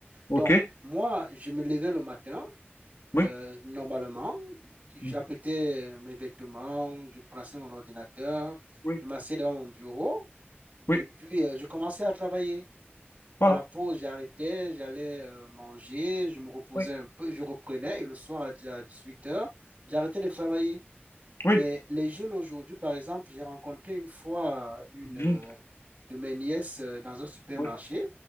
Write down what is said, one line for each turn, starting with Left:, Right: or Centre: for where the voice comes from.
Left: ok,
Right: Donc, moi, je me levais le matin, euh,
Left: oui,
Right: normalement. J'apprêtais
Left: Mhm.
Right: mes vêtements, je prenais mon ordinateur,
Left: oui,
Right: je m'asseyais devant mon bureau
Left: oui,
Right: et puis euh, je commençais à travailler.
Left: voilà,
Right: À la pause, j'arrêtais, j'allais euh, manger, je me reposais
Left: oui,
Right: un peu, je reprenais et le soir à dix-huit heures, j'arrêtais de travailler.
Left: oui,
Right: Mais les jeunes aujourd'hui, par exemple, j'ai rencontré une fois euh, une
Left: Mhm.
Right: euh, de mes nièces euh, dans un supermarché.
Left: oui,